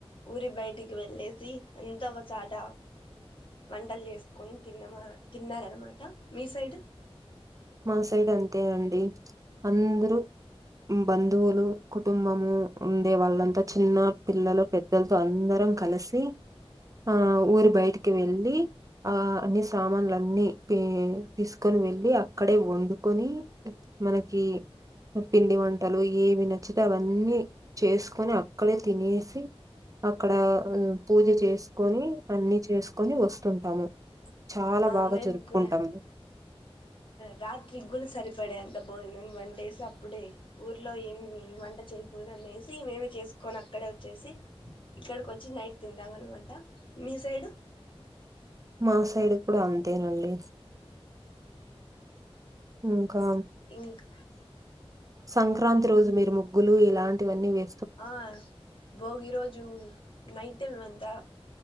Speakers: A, on the left; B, on the right.
A: ఊరి బయటికి వెళ్ళేసి అంతా ఒక సాట వంటలు చేసుకొని తిన్నమా తిన్నారనమాట మీ సైడ్
B: మా సైడ్ అంతే అండి అందరూ బంధువులు కుటుంబము ఉండే వాళ్ళంతా చిన్న పిల్లలు పెద్దలతో అందరం కలిసి ఆ ఊరి బయటికి వెళ్ళి ఆ అన్ని సామాన్లు అన్ని తీసుకు వెళ్ళి అక్కడే వండుకొని మనకి పిండి వంటలు ఏవి నచ్చితే అవన్నీ చేసుకొని అక్కడే తినేసి అక్కడ పూజ చేసుకొని అన్ని చేసుకొని వస్తుంటాం చాలా
A: ఆ
B: బాగా
A: మేము
B: జరుపుకుంటాం
A: కూడా రాత్రికి గుడ సరిపడే అంత భోజనం వండేసి అప్పుడే ఊర్లో ఏమి వంట చే బునమేసి మేమె చేసుకొని అక్కడే వచ్చేసి ఇక్కడకి వచ్చి నైట్ తింటాం అనమాట మీ సైడ్
B: మా సైడ్ కూడా అంతేనండి ఇంకా
A: ఇంక్
B: సంక్రాంతి రోజు మీరు ముగ్గులు ఇలాంటివన్నీ వే
A: ఆ బోగి రోజు నైట్ అంతా